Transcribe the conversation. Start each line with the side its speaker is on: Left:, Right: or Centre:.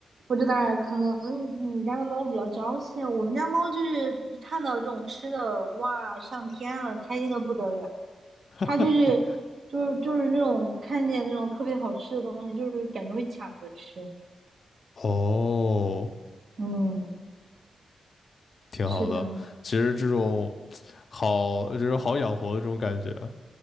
Right: 不知道啊，可能你家的猫比较娇气。我们家猫就是一看到这种吃的，哇，上天了，开心的不得了。
Left: <laughs>
Right: 它就是就是就是那种看见那种特别好吃的东西，就是感觉会抢着吃。
Left: 哦，
Right: 嗯。
Left: 挺好的。
Right: 是的，
Left: 其实这种好，就是好养活的这种感觉，